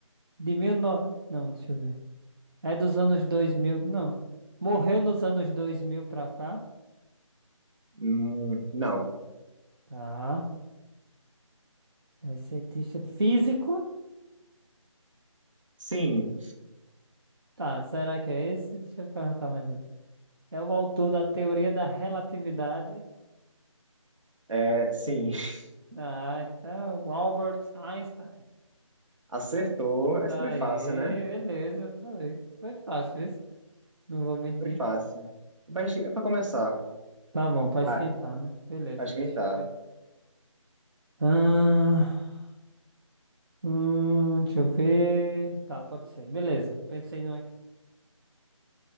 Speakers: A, on the right (about 45°); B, on the right (about 70°).
A: de mil no... Não, deixa eu ver. É dos anos 2000? Não. Morreu nos anos 2000 pra cá.
B: Hum, não.
A: Tá. É cientista físico.
B: Sim,
A: Tá, será que é esse? Deixa eu perguntar mais um. É o autor da teoria da relatividade.
B: é, sim. <laughs>
A: Ah, então, Albert Einstein.
B: Acertou. Essa
A: Aí,
B: foi fácil, né?
A: beleza. Foi, foi fácil, viu? Não vou mentir.
B: Foi fácil. Mas é pra começar.
A: Tá bom, pra
B: Vai,
A: esquentar, né? Beleza,
B: pra esquentar.
A: deixa eu ver. Ah, hum, deixa eu ver. Tá, pode ser. Beleza, pensei num aqui.